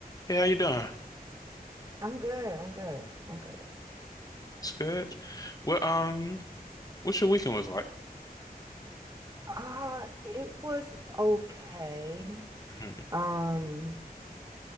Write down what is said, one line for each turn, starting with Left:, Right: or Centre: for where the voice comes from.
Left: Hey, how you doing?
Right: I'm good. I'm good. I'm good.
Left: It's good. Well, um, what's your weekend was like?
Right: Uh, it was okay.
Left: hmm
Right: Um,